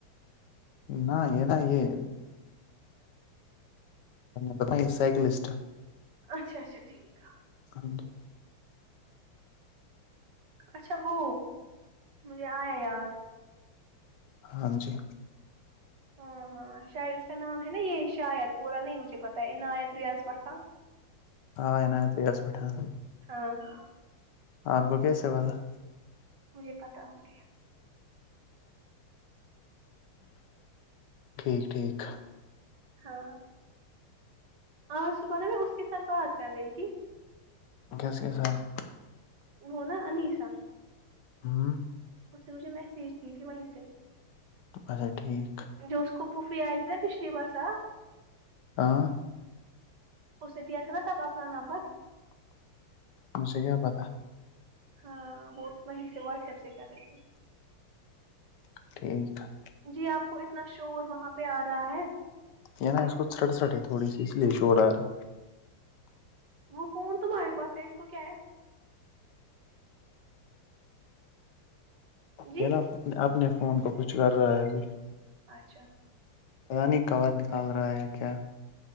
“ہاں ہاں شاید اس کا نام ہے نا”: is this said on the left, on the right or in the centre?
Right